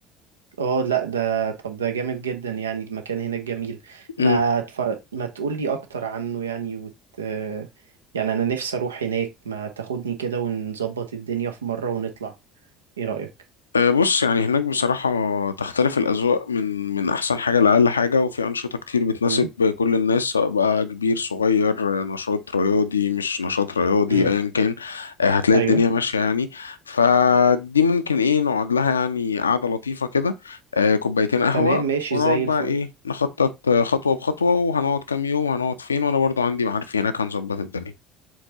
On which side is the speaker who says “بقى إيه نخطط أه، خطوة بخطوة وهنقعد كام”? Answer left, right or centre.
Left